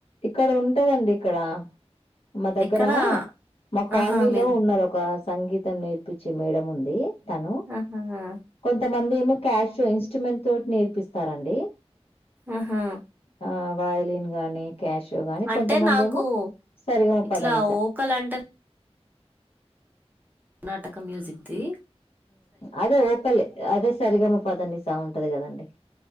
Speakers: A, on the left; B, on the right.
A: ఇక్కడ ఉంటదండి ఇక్కడ మా దగ్గర
B: ఎక్కడ
A: మా కాలనీలో
B: ఆహా మీది
A: ఉన్నారు ఒక సంగీతం నేర్పించే మేడం ఉంది తను
B: ఆహా
A: కొంతమంది ఏమో క్యాష్ ఇన్స్ట్రుమెంట్ తోటి నేర్పిస్తారండి
B: ఆహా
A: ఆ వయలిన్ గాని క్యాషయో గానీ
B: అంటే
A: కొంతమంది
B: నాకు
A: ఏమో సరిగామ
B: ఇట్లా
A: పదనిస
B: ఓకల్ అంటే కర్ణాటక మ్యూజిక్దిి
A: అదే ఒకలే అదే సరిగమ పదన్ని చా ఉంటది కదండి